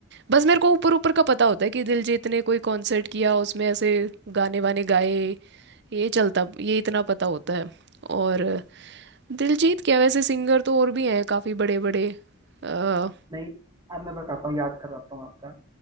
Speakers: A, on the right (about 55°); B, on the right (about 20°).
A: बस मेरे को ऊपर ऊपर का पता होता है कि दिलजीत ने कोई कॉन्सर्ट किया उसमें ऐसे गाने वाने गाए ये चलता ये इतना पता होता है और दिलजीत क्या वैसे सिंगर तो और भी हैं काफ़ी बड़े बड़े आ,
B: नहीं अब मैं बताता हूँ याद करवाता हूँ आपका